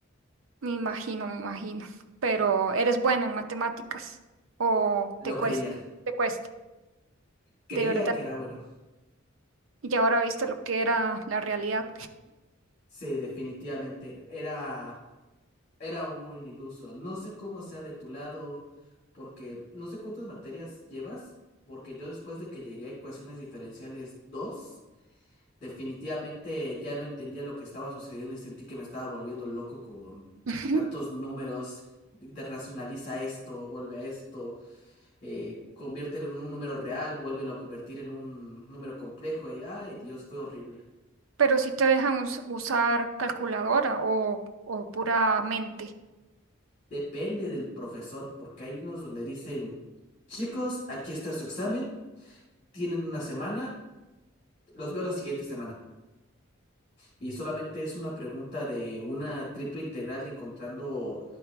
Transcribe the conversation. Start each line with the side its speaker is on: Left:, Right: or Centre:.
Right: me imagino, me imagino. Pero eres bueno en matemáticas o
Left: lo
Right: te cuesta,
Left: creía.
Right: te cuesta,
Left: Creía
Right: de verdad.
Left: que era bueno.
Right: y ahora viste lo que era la realidad.
Left: Sí, definitivamente. Era era un iluso. No sé cómo sea de tu lado, porque no sé cuántas materias llevas, porque yo después de que llegué a ecuaciones diferenciales 2 definitivamente ya no entendía lo que estaba sucediendo y sentí que me estaba volviendo loco con
Right: <laughs>
Left: tantos números. de de racionaliza esto, vuelve a esto, eh, conviértelo en un número real, vuélvelo a convertir en un número complejo y, ay, Dios, fue horrible.
Right: Pero si te dejan us- usar calculadora o, o pura mente.
Left: Depende del profesor, porque hay unos donde dicen, chicos, aquí está su examen. tienen una semana, los veo la siguiente semana. Y solamente es una pregunta de una triple integral de encontrando